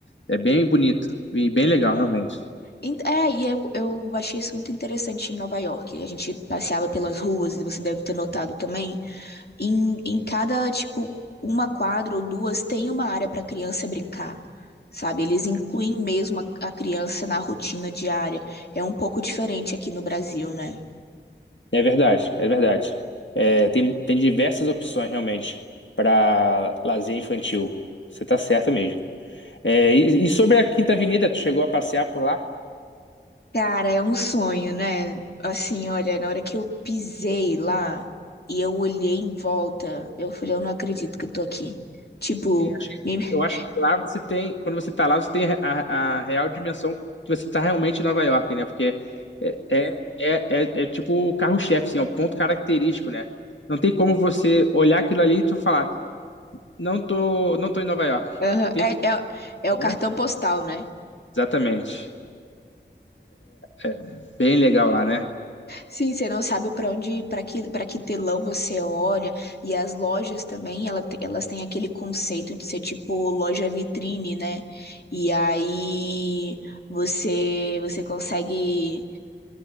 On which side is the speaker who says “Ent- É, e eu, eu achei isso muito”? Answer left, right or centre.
Left